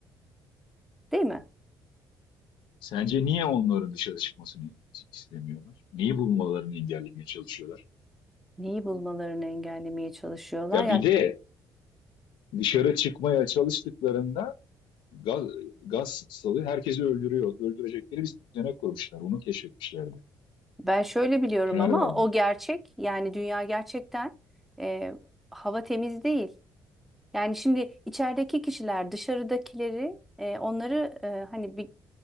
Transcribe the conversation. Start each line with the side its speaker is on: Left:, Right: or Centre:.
Centre: Değil mi?
Left: Sence niye onların dışarı çıkmasını istemiyorlar? Neyi bulmalarını engellemeye çalışıyorlar?
Centre: Neyi bulmalarını engellemeye çalışıyorlar.
Left: Ya
Centre: Yani
Left: bir de dışarı çıkmaya çalıştıklarında gaz, gaz salı herkesi öldürüyor. Öldürecekleri bir düzenek kurmuşlar. Onu keşfetmişlerdi.
Centre: ben şöyle biliyorum
Left: Tünel
Centre: ama
Left: vardı.
Centre: o gerçek yani dünya gerçekten e, hava temiz değil. Yani şimdi içerideki kişiler dışarıdakileri e, onları e, hani bir